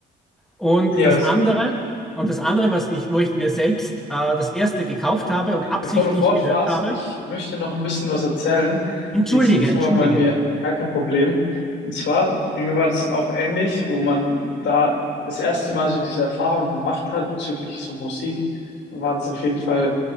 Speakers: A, in the centre; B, on the left (about 75°).
A: Und
B: Ja,
A: das andere, und das andere, was ich, wo ich mir selbst äh, das erste gekauft habe und absichtlich
B: Bevor du fortfährst,
A: gehört habe,
B: ich möchte noch ein bisschen was erzählen.
A: entschuldige,
B: Wie sieht das
A: entschuldige,
B: nochmal bei mir? Gar kein Problem. Und zwar, bei mir war das dann auch ähnlich, wo man da das erste Mal so diese Erfahrung gemacht hat bezüglich so Musik, dann war das auf jeden Fall